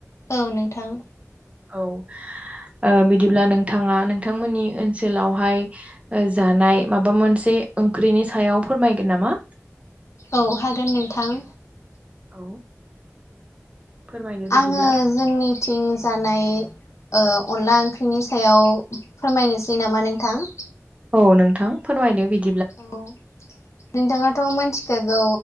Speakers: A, on the left; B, on the right.
A: औ नोंथां।
B: औ। ओ बिदिब्ला नोंथांङा नोंथांमोननि ओनसोलावहाय ओ जानाय। माबा मोनसे ओंख्रिनि सायाव फोरमायगोन नामा?
A: औ हागोन नोंथां।
B: औ। फोरमायदो बिदिब्ला।
A: आंङो जोंनिथिं जानाय ओ। अनला ओंख्रिनि सायाव फोरमायनोसै नामा नोंथां?
B: औ नोंथां फोरमायदो बिद
A: औ नोंथाङाथ' मोनथि‌ <unintelligible> गौ